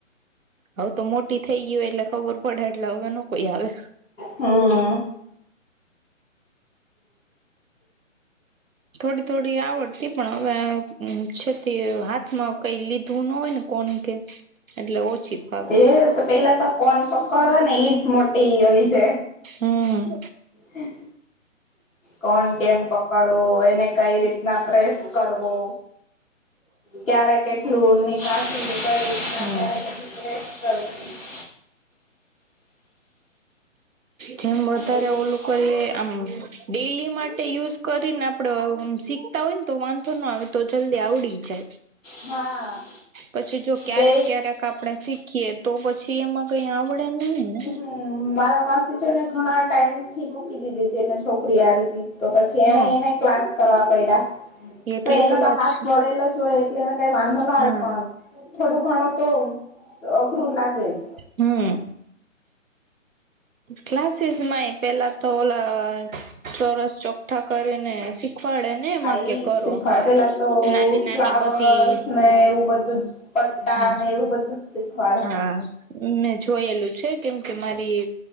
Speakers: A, on the right; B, in the centre.
A: હવે તો મોટી થઈ ગય હોય એટલે ખબર પડે એટલે હવે ન કોઈ આવે
B: હમ
A: થોડી થોડી આવડતી પણ હવે છે તે હાથમાં કઈ લીધવું ન હોય ને કોણ કે એટલે ઓછી ફાવે
B: એ પેલા તો કોન પકડ હોય ને એજ મોટી ઓલી છે.
A: હમ
B: હે કોણ કેમ પકડવો એને કઈ રીતના પ્રેસ કરવો ક્યારે કેટલું નિકાસ કઈ રીતના
A: હા
B: ક્યારે કેટલ
A: જેમ વધારે
B: એ
A: ઓલું કરીએ આમ ડેલી માટે યુઝ કરીને આપડે શીખતા હોય ને તો વાંધો ના આવે તો જલ્દી આવડી જય
B: હા
A: પછી જો ક્યારેક
B: બે
A: ક્યારેક આપડે શીખીએ તો પછી એમાં કઈ આવડે નહી ને.
B: હ મારા માસી છે ને ઘણા ટાઈમ થી મૂકી દીધી હતી અને છોકરી આવી હતી તો પછી એને
A: હા
B: એને ક્લાસ કરવા પયડા
A: એટલે
B: પણ એનો
A: વાત
B: તો હાથ
A: છે
B: વળેલો જ હોય એટલે એને કઈ વાંધો ના
A: હા
B: આવે પણ થોડું ઘણું તો અઘરું લાગે જ.
A: હમ ક્લાસીસ માં એ પેલા તો ઓલા ચોરસ ચોખઠા કરીને શીખવાડે ને એમાં
B: ઇજ
A: કે કરો
B: શીખવા
A: હા.
B: પેલા તો
A: નાની નાની
B: ફ્લાવર્સ
A: બધી
B: કઈ એવું બધું જ પટ્ટા
A: હા
B: અને એવું બધું જ શીખવાડ
A: હા મેં જોયેલું છે કેમ કે મારી